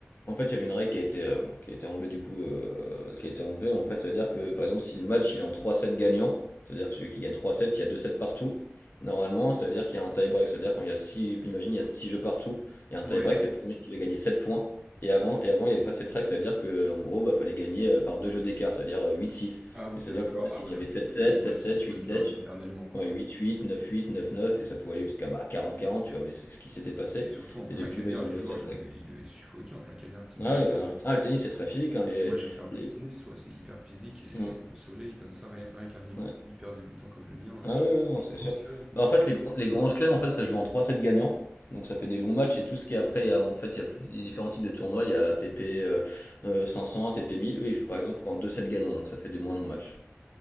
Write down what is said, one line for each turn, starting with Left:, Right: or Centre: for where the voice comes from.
Left: En fait, il y avait une règle qui a été, euh, bon, qui a été enlevée du coup. euh, qui a été enlevée. En fait, ça veut dire que par exemple, si le match il est en trois 7 gagnant, c'est-à-dire que celui qui gagne trois 7 il y a deux 7 partout. Normalement, ça veut dire qu'il y a un tie-break. C'est-à-dire quand il y a 6 imagine, il y a 6 jeux partout, il y a un tie-break,
Right: Ouais.
Left: c'est le premier qui va gagner 7 points. Et avant, et avant, il n'y avait pas cette règle, ça veut dire que en gros, bah, fallait gagner euh, par deux jeux d'écart, c'est-à-dire euh, 8-6.
Right: Ah oui,
Left: Mais c'est-à-dire
Right: d'accord.
Left: le problème, c'est
Right: Ah
Left: qu'il
Right: ouais,
Left: y
Right: non,
Left: avait
Right: ça
Left: sept
Right: pouvait
Left: sept
Right: durer
Left: sept sept
Right: ça pouvait
Left: huit
Right: durer
Left: sept
Right: éternellement, quoi.
Left: Ouais, huit huit neuf huit neuf neuf et ça pouvait aller jusqu'à bah, quarante quarante tu vois, mais c'est ce qui s'était passé.
Right: Et surtout en plein
Left: Et depuis,
Right: cagnard,
Left: bah, ils
Right: les
Left: ont enlevé
Right: joueurs,
Left: cette
Right: ils
Left: règle.
Right: devaient ils devaient suffoquer en plein cagnard, tu imagines?
Left: Ah oui, bah, ah, le tennis, c'est très physique. hein,
Right: Parce
Left: les,
Right: que moi, j'ai fait un peu
Left: les-
Right: de tennis, ouais, c'est hyper physique et
Left: Hmm,
Right: au soleil comme ça, rien rien qu'un niveau
Left: ouais.
Right: hyper débutant comme le mien,
Left: Ah
Right: heu, je
Left: oui, ouais, non,
Right: je
Left: c'est
Right: transpirais,
Left: sûr.
Right: hein.
Left: Bah, en fait, les, grands- les grands chelems, en fait, ça se joue en trois sets gagnants. Donc ça fait des longs matchs et tout ce qui est après, il y a, en fait, il y a des différents types de tournois. Il y a ATP euh, euh, cinq cents, A T P 1000. Eux, ils jouent par exemple qu'en deux sets gagnants, donc ça fait des moins longs matchs.